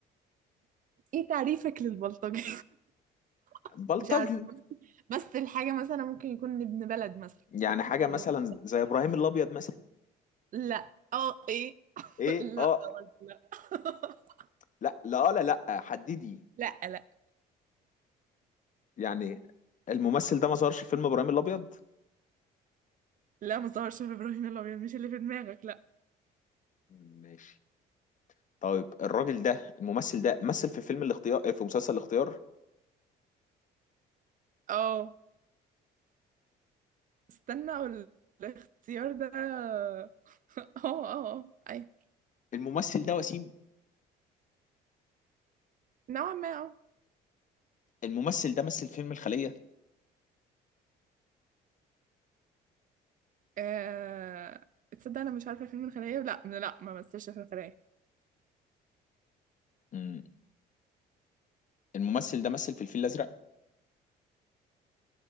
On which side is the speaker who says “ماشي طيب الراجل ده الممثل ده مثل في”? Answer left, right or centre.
Left